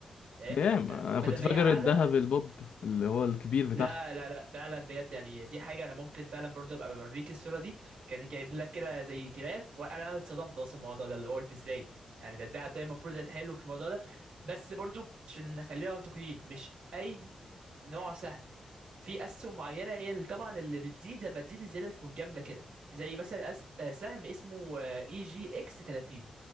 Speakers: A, on the right (about 60°); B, on the left (about 60°).
A: فاهم
B: دام
A: فبدل
B: انا كنت
A: ما
B: فاكر
A: هي اعلى
B: الذهب البوب اللي هو الكبير بتاعها
A: لا لا لا فعلا بجد يعني دي حاجه انا ممكن فعلا برضه ابقى بوريك الصوره دي كان جايب لك كده زي جراف وانا اتصدمت اصلا من الموضوع ده اللي هو قلت ازاي يعني ده ده ده المفروض الحلو في الموضوع ده بس برضه عشان نخلينا منطقيين مش اي نوع سهم في اسهم معينه هي اللي طبعا اللي بتزيد لما تزيد الزياده تكون جامده كده زي مثلا أس... آه، سهم اسمه اي جي اكس 30